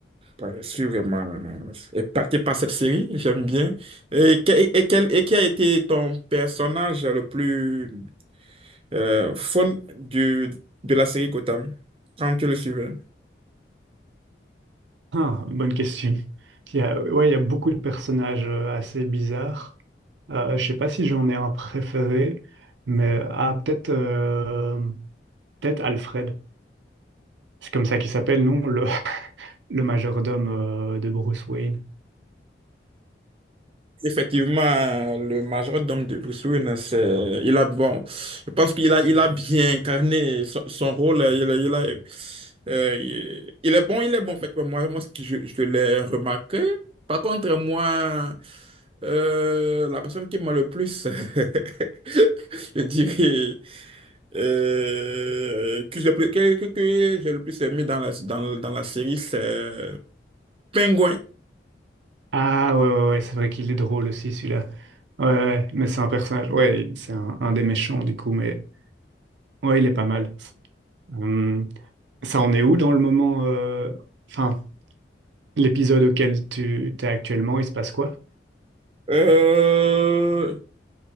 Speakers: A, on the right; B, on the right.
A: Ouais, Je suis vraiment euh, épaté par cette série, j'aime bien. Et, que- et, quel, et qui a été ton personnage le plus euh, fun du, de la série Gotham quand tu le suivais?
B: Ah, bonne question. Il y a, ouais, il y a beaucoup de personnages euh, assez bizarres. Euh, je sais pas si j'en ai un préféré, mais ah, peut-être euh, peut-être Alfred. C'est comme ça qu'il s'appelle, non? Le, <laughs> le majordome euh, de Bruce Wayne.
A: Effectivement, le majordome de Bruce Wayne, c'est, il a, bon, je pense qu'il a, il a bien incarné son, son rôle. Il, a- il a- euh, il il est bon, il est bon, en fait. Moi, moi ce que je, je l'ai remarqué. Par contre, moi, euh, la personne qui m'a le plus, <laughs> je dirais, euh, que j'ai plus- que, que- que j'ai le plus aimé dans la, dans, dans la série, c'est Penguin.
B: Ah ouais, ouais, ouais, c'est vrai qu'il est drôle aussi celui-là. Ouais, ouais, ouais, mais c'est un personnage. Ouais, c'est un, un des méchants du coup, mais ouais, il est pas mal. Hum, ça en est où dans le moment, euh, enfin, l'épisode auquel tu t'es actuellement, il se passe quoi?
A: Euh,